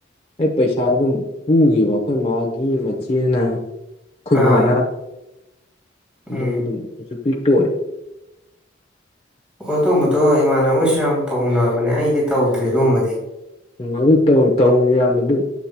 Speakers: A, on the left (about 30°); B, in the centre.
A: ꯑꯩ ꯄꯩꯁꯥ ꯑꯗꯨꯝ ꯄꯨꯒꯤꯕ ꯑꯩꯈꯣꯏ ꯃꯥꯒꯤ ꯃꯆꯦꯅ ꯈꯣꯏꯃꯥꯅ
B: ꯑꯥ
A: ꯑꯗꯨ
B: ꯎꯝ
A: ꯑꯗꯨꯝ ꯍꯧꯖꯤꯛꯄꯨꯗꯤ ꯇꯣꯛꯑꯦ
B: ꯑꯣ ꯑꯗꯨꯝꯕꯗꯣ ꯏꯃꯥꯟꯅꯕꯁꯨ ꯌꯥꯝ ꯇꯧꯅꯕꯅꯦ ꯑꯩꯗꯤ ꯇꯧꯗ꯭ꯔꯦ ꯑꯗꯨꯒꯨꯝꯕꯗꯤ
A: ꯎ ꯑꯗꯨ ꯇꯧ ꯌꯥꯝ ꯑꯗꯨ